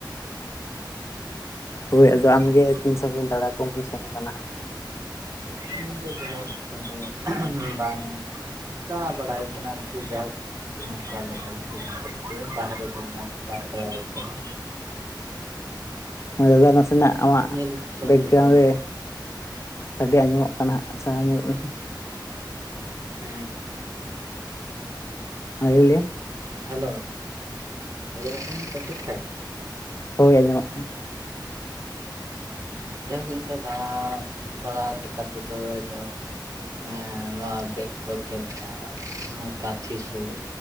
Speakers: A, on the left; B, on the right.
A: ᱦᱳᱭ ᱟᱫᱚ ᱟᱢᱜᱮ
B: ᱟᱪᱪᱷᱟ
A: ᱛᱤᱱ ᱥᱟᱺᱜᱤᱧ ᱫᱟᱬᱟ ᱠᱚᱢ ᱥᱮᱱ ᱟᱠᱟᱱᱟ ᱦᱟᱸᱜ
B: ᱤᱧ ᱫᱚ ᱡᱟᱭᱦᱳᱠ ᱚᱱᱠᱟ ᱫᱚ ᱵᱟᱝ ᱫᱟᱬᱟ ᱵᱟᱲᱟ ᱦᱩᱭ ᱠᱟᱱᱟ ᱟᱨᱠᱤ ᱡᱟᱭᱦᱳᱠ ᱱᱚᱝᱠᱟ ᱞᱚᱠᱟᱞ <unintelligible> ᱵᱟᱦᱨᱮ ᱫᱚ ᱩᱱᱟᱹᱜ ᱵᱟᱝ ᱫᱟᱬᱟ ᱦᱩᱭ ᱟᱠᱟᱱᱟ
A: ᱫᱟᱫᱟ ᱱᱟᱥᱮᱱᱟᱜ
B: ᱮᱸ
A: ᱟᱢᱟᱜ
B: ᱧᱮᱞ ᱡᱚᱝ
A: ᱵᱮᱠᱜᱨᱟᱣᱩᱱᱰ
B: ᱨᱮᱫᱚ
A: ᱨᱮ ᱟᱹᱰᱤ ᱟᱸᱡᱚᱢᱚᱜ ᱠᱟᱱᱟ ᱦᱟᱸᱜ ᱥᱟᱦᱟ ᱧᱮᱞᱚᱜ ᱢᱮ
B: ᱦᱮᱸ
A: ᱟᱨ <unintelligible>
B: ᱦᱮᱞᱳ ᱟᱸᱡᱚᱢᱚᱜ ᱠᱟᱱᱟ ᱛᱚ ᱴᱷᱤᱠ ᱴᱷᱟᱠ
A: ᱦᱳᱭ ᱟᱸᱡᱚᱢᱚᱜ ᱠᱟᱱᱟ
B: ᱡᱟᱭᱦᱳᱠ ᱤᱧ ᱫᱚ ᱫᱟᱬᱟ ᱵᱟᱲᱟ ᱞᱮᱠᱟ ᱛᱮᱫᱚ ᱡᱟᱭᱦᱳᱠ ᱦᱮᱸ ᱱᱚᱣᱟ ᱵᱮᱝᱜᱚᱞ ᱨᱮ ᱢᱮᱱᱟᱜᱼᱟ ᱠᱟᱛᱷᱤ ᱥᱩᱨ